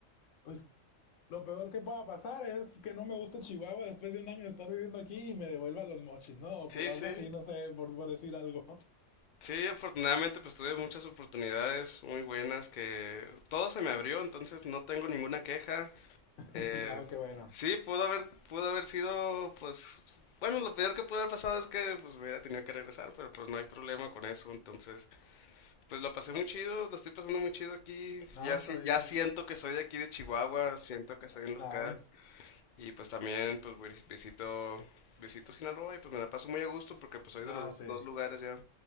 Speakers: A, on the left; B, on the left.
A: pues lo peor que pueda pasar es que no me guste Chihuahua después de un año de estar viviendo aquí y me devuelva los mochis, ¿no?
B: sí,
A: O por algo
B: sí.
A: así, no sé, por, por decir algo.
B: Sí, afortunadamente pues tuve muchas oportunidades muy buenas que todo se me abrió, entonces no tengo ninguna queja.
A: <laughs>
B: Eh,
A: no, qué bueno.
B: sí, pudo haber, pudo haber sido pues bueno, lo peor que pudo haber pasado es que pues me hubiera tenido que regresar, pero pues no hay problema con eso, entonces Pues la pasé
A: No,
B: muy chido, la estoy pasando muy chido aquí.
A: no,
B: Ya,
A: está
B: sí-
A: bien.
B: ya siento que soy de aquí de Chihuahua, siento que soy un
A: Nada,
B: local.
A: es-
B: Y pues también pues vis- visito, visito Sinaloa y pues me la paso muy a gusto porque pues soy
A: nada,
B: de los dos
A: sí.
B: dos lugares ya.